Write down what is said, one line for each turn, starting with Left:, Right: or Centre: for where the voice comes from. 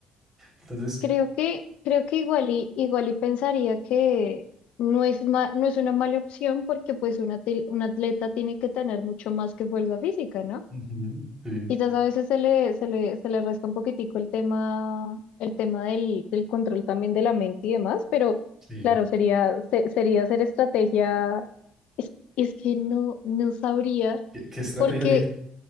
Right: Entonces,
Left: Creo que, creo que igual y, igual y pensaría que no es ma- no es una mala opción porque pues un, atil- un atleta tiene que tener mucho más que fuerza física, ¿no?
Right: Ujú. sí,
Left: Quizás a veces se le, se le, se le resta un poquitico el tema, el tema del, del control también de la mente y demás, pero
Right: sí.
Left: claro, sería, se- sería hacer estrategia, es, es que no, no sabría,
Right: ¿Qué, qué estrategia?
Left: porque,